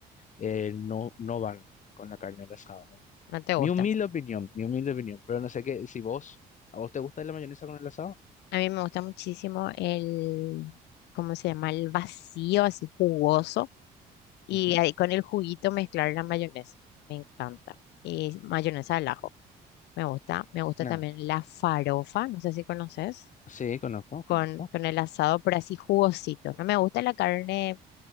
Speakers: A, on the left; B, on the left.
A: eh, no, no van con la carne asada, ¿verdad?
B: No te gusta.
A: Mi humilde opinión, mi humilde opinión, pero no sé qué, si vos, ¿a vos te gusta la mayonesa con el asado?
B: A mí me gusta muchísimo el, ¿cómo se llama? El vacío, así jugoso Y
A: Ujú.
B: ahí con el juguito mezclar la mayonesa. Me encanta. Y mayonesa al ajo. Me gusta. Me gusta
A: Ah,
B: también la farofa. No sé si conoces.
A: sí, conozco,
B: Con,
A: conozco.
B: con el asado, pero así jugosito. No me gusta la carne